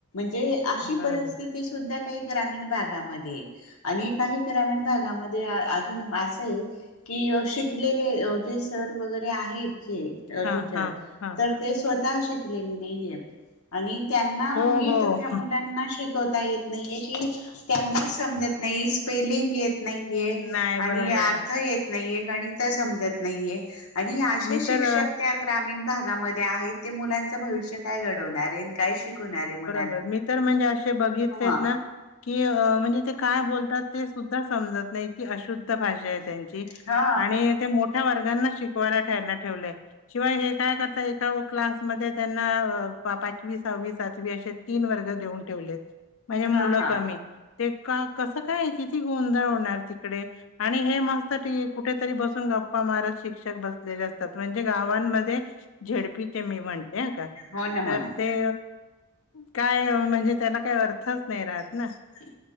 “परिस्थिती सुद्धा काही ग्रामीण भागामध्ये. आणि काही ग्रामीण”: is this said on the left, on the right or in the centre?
Left